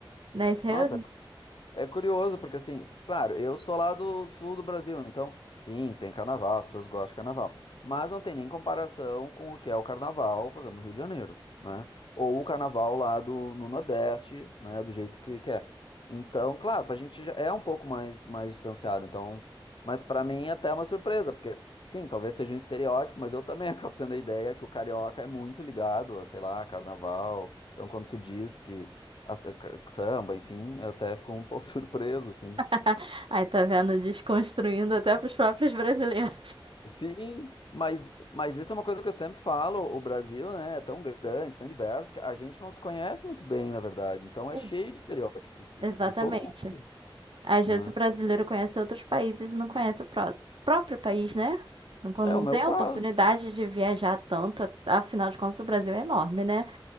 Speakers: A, on the right (about 70°); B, on the left (about 65°).
A: Né? Isso eu...
B: nossa, É curioso, porque assim, claro, eu sou lá do sul do Brasil, né? então, sim, tem carnaval, as pessoas gostam de carnaval. Mas não tem nem comparação com o que é o carnaval, por exemplo, no Rio de Janeiro, né? Ou o carnaval lá do, no Nordeste, né? Do jeito que, que é. Então, claro, pra gente já é um pouco mais, mais distanciado, então. Mas pra mim é até uma surpresa, porque, sim, talvez seja um estereótipo, mas eu também <laughs> acabo tendo a ideia que o carioca é muito ligado, a, sei lá, carnaval. Então, quando tu diz que as- samba, enfim, até ficou um pouco <laughs> surpreso, assim.
A: <laughs> Aí tá vendo, desconstruindo até pros próprios brasileiros.
B: Sim, mas, mas isso é uma coisa que eu sempre falo, o Brasil, né, é tão grande, tão diverso, que a gente não se conhece muito bem, na verdade, então é
A: <laughs>
B: cheio
A: Ex-
B: de estereótipos, de,
A: Exatamente.
B: de todo mundo,
A: Às
B: né?
A: vezes o brasileiro conhece outros países e não conhece o pró- próprio país, né? Não- Quando
B: É
A: não
B: o meu
A: tem
B: caso,
A: a oportunidade de viajar tanto, afinal de contas o Brasil é enorme, né?